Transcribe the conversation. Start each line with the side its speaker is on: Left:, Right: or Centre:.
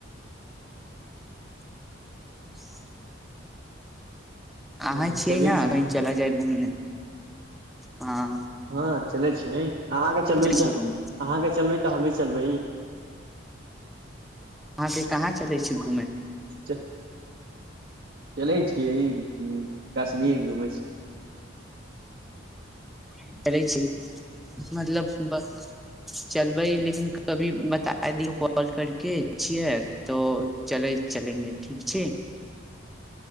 Centre: <unintelligible>
Right: ह
Centre: अहाँ छियै
Right: चलै
Centre: ने
Right: छी
Centre: कही चला जाय घुमने हँ
Right: हँ चलै छिय अहाँके चलबै
Centre: चलै
Right: छैय
Centre: छी घूमे
Right: अहाँके चलबै तऽ हमे चलबै
Centre: अहाँ से कहाँ चलै <unintelligible>
Right: चल चलै छियै ई सुनीर घुमै छैय
Centre: <unintelligible> मतलब बस चलबै लेकिन कभी बता दियौ कॉल करके छियै तो चले चलेंगे ठीक छैय